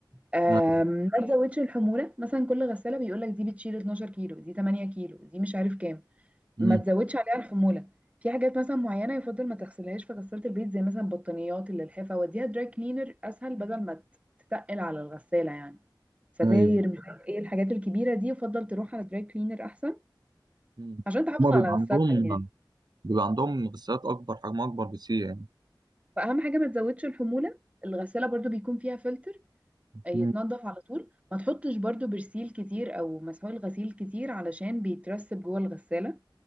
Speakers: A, on the right (about 15°); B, on the right (about 55°).
A: آم،
B: أيوه
A: ما تزودش الحموله مثلا كل غساله بيقول لك دي بتشيل 12 كيلو دي 8 كيلو دي مش عارف كام
B: مم.
A: ما تزودش عليها الحموله في حاجات مثلا معينه يفضل ما تغسلهاش في غساله البيت زي مثلا البطانيات اللي الحفه وديها دراي كلينر اسهل بدل ما تتقل على الغساله يعني ستاير
B: أيوه.
A: مش عارف ايه الحاجات الكبيره دي يفضل تروح على دراي كلينر احسن
B: مم.
A: عشان تحافظ
B: هما بيبقى
A: على
B: عندهم
A: غسالتك يعني
B: بيبقى عندهم غسالات أكبر حجمها أكبر بكتير يعني
A: فاهم حاجه ما تزودش الحموله الغساله برضو بيكون فيها فلتر يتنضف
B: مم.
A: على طول ما تحطش برضو برسيل كتير او مسحول غسيل كتير علشان بيترسب جوه الغساله